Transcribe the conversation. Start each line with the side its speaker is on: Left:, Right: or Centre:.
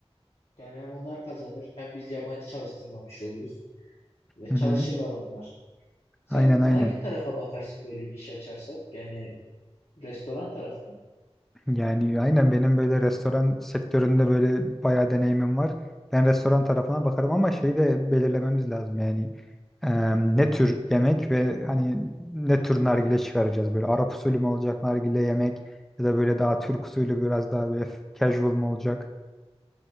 Left: Yani hem onlar kazanır hem biz yabancı çalıştırmamış oluruz. Ve
Centre: Hı
Left: çalışırlar
Centre: hı.
Left: onlar. Sen
Centre: Aynen
Left: hangi
Centre: aynen.
Left: tarafa bakarsın böyle bir iş açarsak? Yani restoran tarafına. mı?
Centre: Yani aynen benim böyle restoran sektöründe böyle bayağı deneyimim var. Ben restoran tarafına bakarım ama şeyi de belirlememiz lazım yani. Eee, ne tür yemek ve hani ne tür nargile çıkaracağız böyle Arap usulü mü olacak nargile yemek ya da böyle daha Türk usulü biraz daha böyle casual mı olacak?